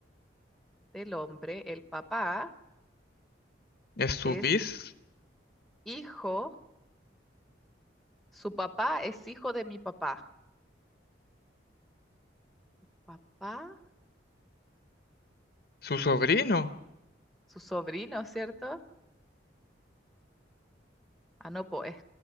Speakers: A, in the centre; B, on the left.
A: del hombre, el papá
B: Es su
A: es
B: bis,
A: hijo, su papá es hijo de mi papá. Papá,
B: su sobrino.
A: su sobrino, ¿cierto? Ah, no, pues.